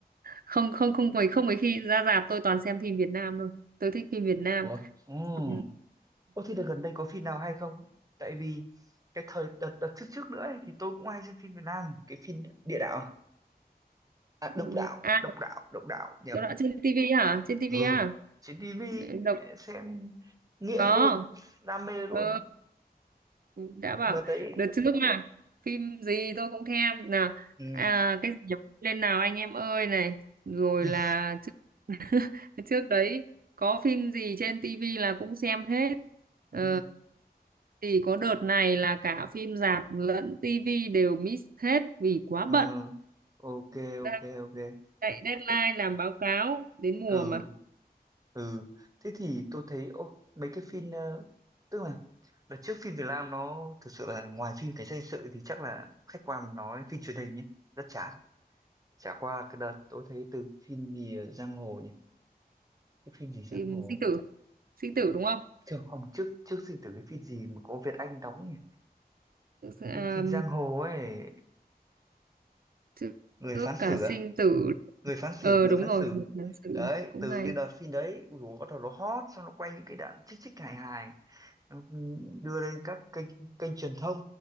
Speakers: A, on the right; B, on the right.
A: không không không mấy không mấy khi ra rạp tôi toàn xem phim Việt Nam thôi tôi thích phim Việt Nam
B: Ủa? Ồ,
A: ừ.
B: Ồ, thế đợt gần đây có phim nào hay không? Tại vì cái thời đợt đợt trước trước nữa ấy, thì tôi cũng hay xem phim Việt Nam, cái phim Địa Đạo, à
A: ừ.
B: Độc Đạo,
A: à
B: Độc Đạo, Độc Đạo nhầm
A: chỗ đó trên tivi hả trên tivi
B: ừ
A: à
B: trên tivi
A: Ừ, đọc
B: xem nghiện
A: có
B: luôn đam mê luôn
A: ừ đã bảo
B: Ừ, đợt đấy
A: đợt trước mà phim gì tôi cũng thèm nào
B: ừ.
A: à, cái gì nhỉ? lên nào anh em ơi này rồi
B: Ừ.
A: là trước <laughs> trước đấy có phim gì trên tivi là cũng xem hết ờ,
B: Ừ.
A: thì có đợt này là cả phim rạp lẫn tivi đều miss hết vì quá
B: Ừ.
A: bận
B: ok
A: đang
B: ok ok
A: chạy deadline
B: Thế-
A: làm báo cáo đến
B: ừ
A: mùa mà
B: ừ thế thì tôi thấy ô mấy cái phim ờ, tức là đợt trước phim Việt Nam nó thực sự là ngoài phim cảnh sát hình sự thì chắc là khách quan mà nói phim truyền hình nhé rất chán chả qua cái đợt tôi thấy từ phim gì ở giang hồ nhỉ cái phim gì giang
A: phim
B: hồ
A: sinh tử sinh tử đúng không
B: Chứ không trước trước sinh tử cái phim gì mà có Việt Anh đóng nhỉ
A: à,
B: phim phim giang hồ ấy
A: Trước
B: người
A: trước
B: phán
A: cả
B: xử
A: sinh
B: à
A: tử
B: người phán xử
A: Ờ
B: người
A: đúng
B: phán
A: rồi
B: xử
A: Tháng sử
B: đấy
A: cũng
B: từ
A: hay
B: cái đợt phim đấy ui dồi, bắt đầu nó hot xong nó quay những cái đoạn chích chích hài hài nó đưa lên các kênh kênh truyền thông